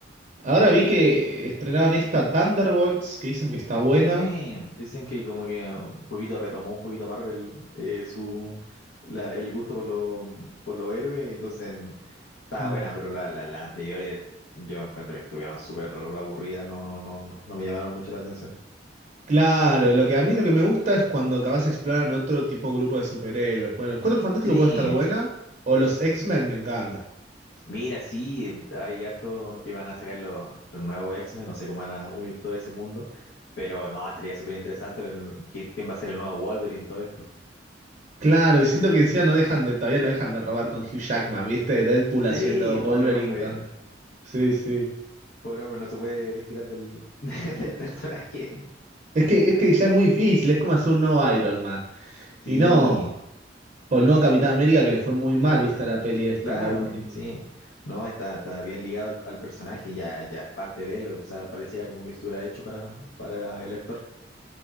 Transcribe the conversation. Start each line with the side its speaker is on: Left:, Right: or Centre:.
Right: ahora vi que estrenaron esta Thunderbolts, que dicen que está buena.
Left: Sí, dicen que como que un poquito retomó un poquito Marvel eh, su la- el gusto por los por los héroes, entonces está
Right: Mm.
Left: buena, pero la- la- las anteriores yo encuentro que estuvieron súper aburridas, no, no, no, no no me llamaron mucho la atención.
Right: Claro, lo que a mí lo que me gusta es cuando capaz exploran otro tipo de grupo de superhéroes. Bueno, los Cuatro Fantásticos
Left: Sí,
Right: puede estar buena, o los X-Men me encanta.
Left: mira, sí, hay harto que van a sacar los, los nuevos X-Men, no sé cómo van a unir todo ese mundo, pero no, estaría súper interesante ver quién, quién va a ser el nuevo Wolverine, todo esto.
Right: Claro, y siento que encima no dejan de, todavía no dejan de robar con Hugh Jackman, ¿viste? Deadpool
Left: <laughs>
Right: haciendo
Left: Sí,
Right: Wolverine
Left: pobre hombre,
Right: con... Sí, sí.
Left: Pobre hombre, no se puede desquitar del, <laughs> del personaje.
Right: Es que, es que ya es muy difícil, es como hacer un nuevo Iron Man.
Left: Sí,
Right: Y no, o el nuevo Capitán América que le fue muy mal, ¿viste? La peli esta,
Left: claro,
Right: la última.
Left: sí. No, está, está bien ligado al, al personaje, ya, ya es parte de él, o sea, pareciera como que estuviera hecho para, para el actor.